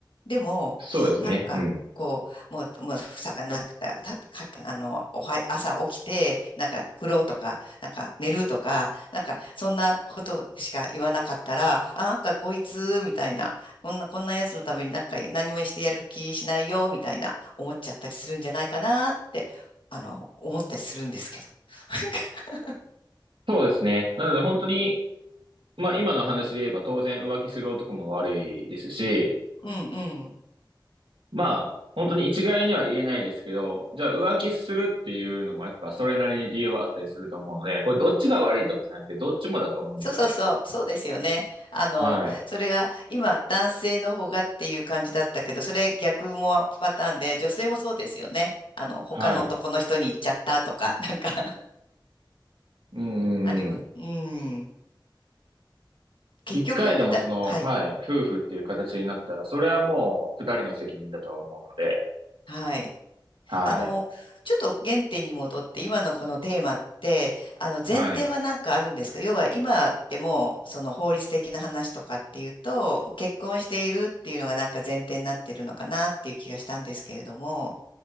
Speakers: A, on the left; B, on the right.
A: でも、
B: そうですね。
A: なんか、
B: うん。
A: こう、もう、もう、房がなくて、た、か、あの、おは、朝起きて、なんか、風呂とか、なんか、寝るとか、なんか、そんなことしか言わなかったら、あ、なんか、こいつ、みたいな、こんな、こんなやつのためになんか、何もしてやる気しないよ、みたいな。思っちゃったりするんじゃないかなって、あの、思ったりするんですけど。<laughs>
B: そうですね。なので本当に、まあ今の話で言えば当然浮気する男も悪いですし、
A: うんうん。
B: まあ、本当に一概には言えないですけど、じゃあ浮気するっていうのもやっぱそれなりに理由はあったりすると思うので、これどっちが悪いとかじゃなくて、どっちもだと思うんですよね。
A: そうそうそう、そうですよね。あの、
B: はい。
A: それが今男性の方がっていう感じだったけど、それ逆もパターンで、女性もそうですよね。あの、他の男の人に行っちゃったとか、
B: はい。
A: なんか <laughs>
B: うんうんうん。
A: あります。うん。結局、
B: 一回でもその、
A: だ、はい、
B: はい、夫婦っていう形になったら、それはもう二人の責任だとは思うので、
A: はい。
B: はい。
A: あの、ちょっと原点に戻って、今のこのテーマって、あの、
B: はい。
A: 前提は何かあるんですか要は今ってもう、その法律的な話とかっていうと、もう結婚しているっていうのがなんか前提になってるのかなっていう気がしたんですけれども、